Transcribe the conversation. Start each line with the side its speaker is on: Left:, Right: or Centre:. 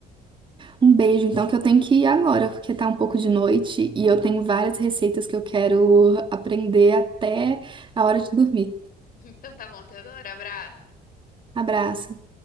Right: Um beijo, então, que eu tenho que ir agora, porque tá um pouco de noite e eu tenho várias receitas que eu quero aprender até a hora de dormir.
Left: <laughs> Então tá bom, Teodora, abraço.
Right: Abraço.